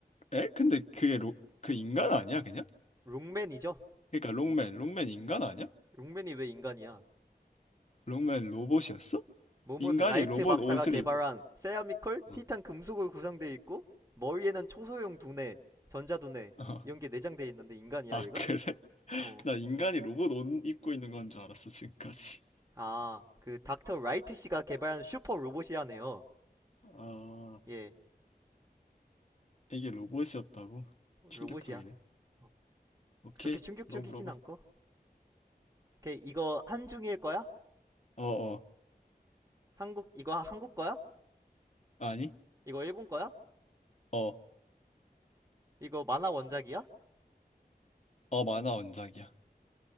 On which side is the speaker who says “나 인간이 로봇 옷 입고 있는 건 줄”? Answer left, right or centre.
Left